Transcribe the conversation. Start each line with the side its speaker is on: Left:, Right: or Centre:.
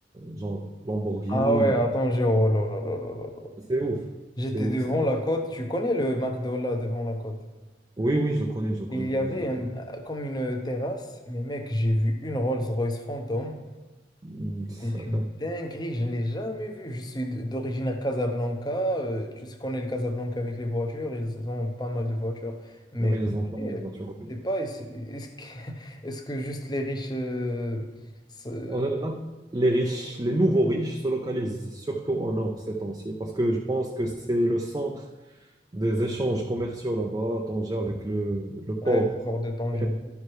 Right: genre Lamborghini
Left: Ah ouais,
Right: ou
Left: à Tanger, oh là là là là là.
Right: C'est ouf.
Left: J'étais
Right: C'est ouf,
Left: devant
Right: c'est vrai.
Left: la côte, tu connais le McDo là devant la côte.
Right: Oui, oui, je le connais, je le connais,
Left: Et il y avait
Right: j'ai déjà.
Left: un- comme une terrasse, mais mec, j'ai vu une Rolls-Royce Phantom.
Right: Mm, ça-
Left: C'est une
Right: <laughs>
Left: dinguerie, je ne l'ai jamais vue. Je suis d- d'origine Casablanca, euh, tu sais, connais le Casablanca avec les voitures, ils ont pas mal de voitures. Mais
Right: Oui, ils ont pas
Left: eh,
Right: mal de voitures. oui.
Left: c'est pas, est-ce est-ce que, <laughs> est-ce que juste les riches euh, se-
Right: En général, les riches, les nouveaux riches se localisent surtout au nord ces temps-ci, parce que je pense que c'est le centre des échanges commerciaux là-bas, à Tanger, avec le, le port.
Left: euh, le port de Tanger?
Right: Mais